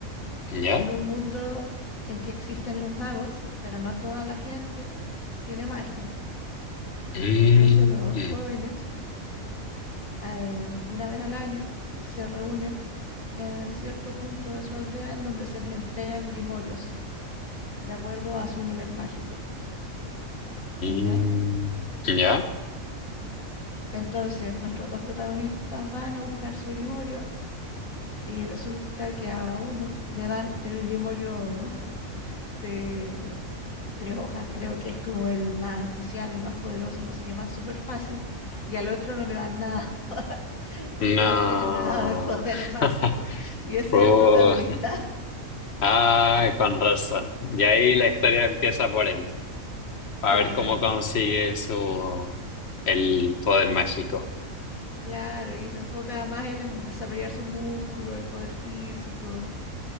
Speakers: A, on the left; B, on the left.
A: ¿Ya?
B: en un mundo en que existen los magos, pero no toda la gente tiene magia.
A: Mm,
B: Entonces los
A: mm,
B: jóvenes, eh, una vez al año, se reúnen en cierto punto de su aldea en donde se les entregan grimorios de acuerdo a su nivel mágico. ¿Ya?
A: mm, ¿ya?
B: Entonces nuestros dos protagonistas van a buscar su grimorio y resulta que a uno le dan el grimorio de tres hojas, creo que es como el más especial, el más poderoso, no sé qué más, súper fácil, y al otro no le dan nada <laughs> porque
A: No.
B: no tiene nada de poder <laughs> mágico.
A: <laughs>
B: Y ese
A: Oh,
B: es el protagonista,
A: ay, con razón. Y ahí la historia empieza por él.
B: <laughs>
A: A
B: claro,
A: ver cómo consigue su el poder mágico.
B: claro, y se enfoca más él en desarrollar sus músculos, el poder físico.